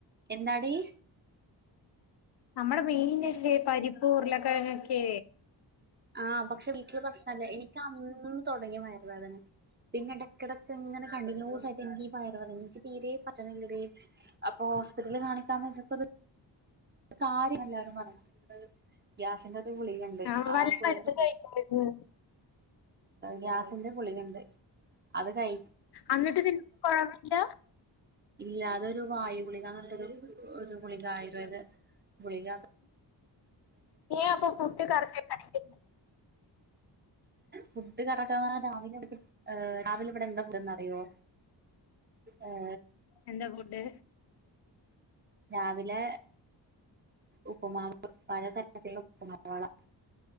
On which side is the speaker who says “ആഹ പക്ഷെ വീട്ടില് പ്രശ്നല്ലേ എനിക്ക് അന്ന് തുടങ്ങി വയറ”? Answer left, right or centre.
Right